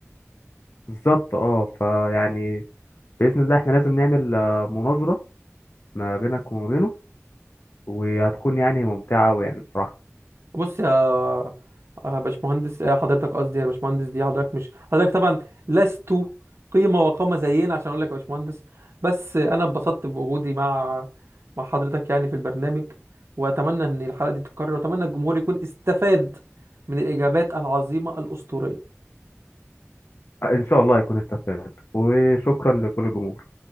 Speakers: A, on the left; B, on the right.
A: بالظبط أه فيعني بإذن الله إحنا لازم نعمل آه، مناظرة ما بينك وما بينه وهتكون يعني ممتعة ويعني بصراحة
B: بص يا آه، باشمهندس آه، حضرتك قصدي يا باشمهندس دي حضرتك مش حضرتك طبعا لست قيمة وقامة زينا عشان اقول لك يا باشمهندس بس انا اتبسطت بوجودي مع مع حضرتك يعني في البرنامج واتمنى ان الحلقة دي تتكرر واتمنى الجمهور يكون استفاد من الاجابات العظيمة الاسطورية
A: آه، إن شاء الله هيكون استفاد وشكرا لكل الجمهور